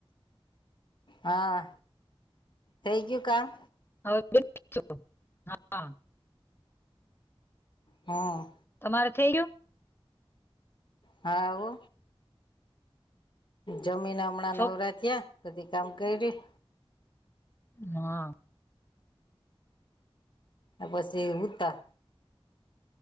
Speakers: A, on the left (about 50°); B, on the left (about 25°).
A: હા થઈ ગયું કામ.
B: હવે હા <inaudible>
A: હા
B: તમારે થઈ ગું
A: હા હો જમીન હમણાં
B: છોક
A: નવરા થયા બધી કામ કર્યું.
B: હા
A: આ પછી ઉતા